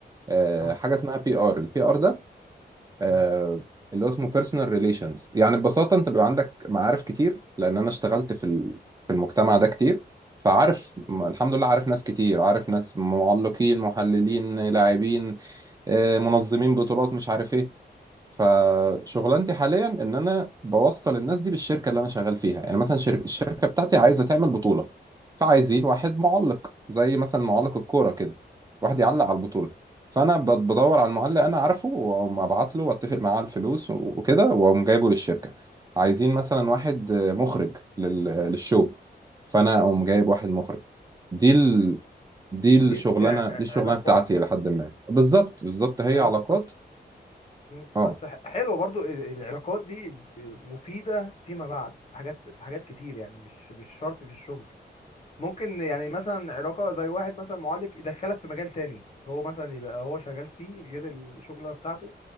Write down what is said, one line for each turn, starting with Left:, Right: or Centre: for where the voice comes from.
Right: آه
Left: اه
Right: حاجه اسمها بي ار البي ار ده آه
Left: امم
Right: اللي هو اسمه بيرسونال ريليشنز يعني ببساطه انت بيبقى عندك معارف كتير لان انا اشتغلت في ال... في المجتمع ده كتير فعارف م- الحمد لله عارف ناس كتير عارف ناس معلقين محللين لاعبين آه منظمين بطولات مش عارف ايه فشغلانتي حاليا ان انا بوصل الناس دي بالشركه اللي انا شغال فيها يعني مثلا شركة الشركه بتاعتي عايزه تعمل بطوله فعايزين
Left: تم-
Right: واحد معلق زي مثلا معلق الكوره كده واحد
Left: تمام
Right: يعلق على البطوله فانا بد- بدور على المعلق انا عارفه واقوم ابعت له واتفق معاه على الفلوس و- وكده واقوم جايبه للشركه عايزين مثلا واحد مخرج لل- للشو فانا اقوم جايب واحد مخرج دي ال... دي
Left: دي
Right: الشغلانه
Left: دي دي ع-
Right: دي
Left: ع-
Right: الشغلانه
Left: علاقات
Right: بتاعتي لحد ما بالظبط بالظبط هي
Left: علاقات
Right: علاقات
Left: بس مم. بس
Right: آه.
Left: ح- حلوه برضو ال- العلاقات دي ب- مفيده فيما بعد في حاجات في حاجات كتير يعني مش مش شرط في الشغل ممكن يعني مثلا علاقة زي واحد مثلا معلق يدخلك في مجال تاني هو مثلا يبقى هو شغال فيه غير الشغلة بتاعته